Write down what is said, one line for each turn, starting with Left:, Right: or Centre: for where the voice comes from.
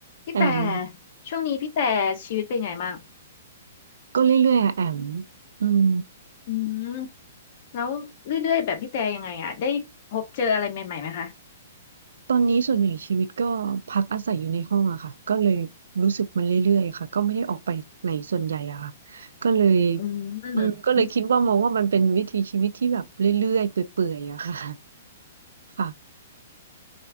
Left: พี่แต่
Right: แอม
Left: ช่วงนี้พี่แต่ชีวิตเป็นไงบ้าง
Right: ก็เรื่อยๆอะแอมอืม
Left: อืมแล้วเรื่อยๆแบบพี่แต่ยังไงอ่ะได้พบเจออะไรใหม่ๆไหมคะ
Right: ตอนนี้ส่วนใหญ่ชีวิตก็พักอาศัยอยู่ในห้องอะค่ะก็เลยรู้สึกมันเรื่อยๆค่ะก็ไม่ได้ออกไปไหนส่วนใหญ่อะค่ะก็เลย
Left: อืม <laughs>
Right: อืมก็เลยคิดว่ามองว่ามันเป็นวิถีชีวิตที่แบบเรื่อยๆเปื่อยๆอะค่ะค่ะ